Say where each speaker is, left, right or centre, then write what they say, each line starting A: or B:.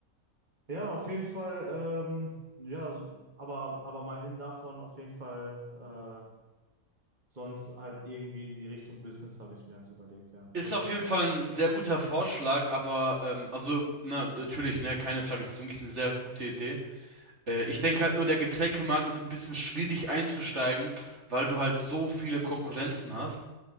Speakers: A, on the right; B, on the right.
A: Ja, auf jeden Fall, ähm, ja, aber, aber mal hin davon, auf jeden Fall äh, Sonst halt irgendwie in die Richtung Business habe ich mir das überlegt, ja.
B: Ist
A: Irgendwas.
B: auf jeden Fall ein sehr guter Vorschlag, aber ähm, also na, natürlich, ne, keine Frage, es ist wirklich eine sehr gute Idee. Äh, ich denke halt nur, der Getränkemarkt ist ein bisschen schwierig einzusteigen, weil du halt so viele Konkurrenzen hast.